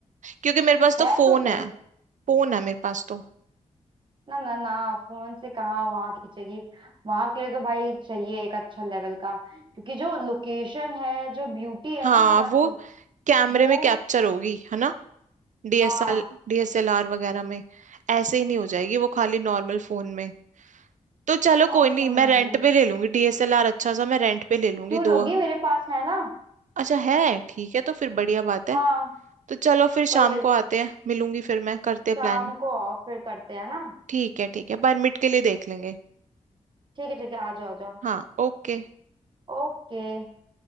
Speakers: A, on the right; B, on the right.
A: क्योंकि मेरे पास तो
B: है
A: फोन
B: तो सही
A: है फोन है मेरे पास तो
B: ना ना ना फोन से कहाँ वहां खींचेगी वहां के लिए तो भाई चाहिए एक अच्छा लेवल का क्योंकि जो लोकेशन है जो ब्यूटी है
A: हाँ
B: ना लद्दाख
A: वो
B: की
A: कैमरे
B: वो
A: में कैप्चर होगी है ना डीएसएल
B: हाँ
A: डीएसएलआर वगैरह में ऐसे ही नहीं हो जाएगी वो खाली नॉर्मल फोन में तो चलो
B: नॉर्मल
A: कोई नहीं
B: फोन में
A: मैं
B: नहीं
A: रेंट
B: होगी
A: पे ले लूंगी डीएसएलआर अच्छा सा मैं रेंट पे ले लूंगी
B: क्यों
A: दो
B: लोगी मेरे पास है ना
A: अच्छा है ठीक है तो फिर बढ़िया बात है
B: हाँ
A: तो चलो फिर
B: वही
A: शाम
B: वही
A: को आते हैं मिलूंगी फिर मैं करते हैं
B: शाम
A: प्लान
B: को ऑफ फिर करते हैं ना
A: ठीक है ठीक है परमिट के लिए देख लेंगे
B: ठीक है ठीक है आ जाओ आ जाओ
A: हाँ ओके
B: ओके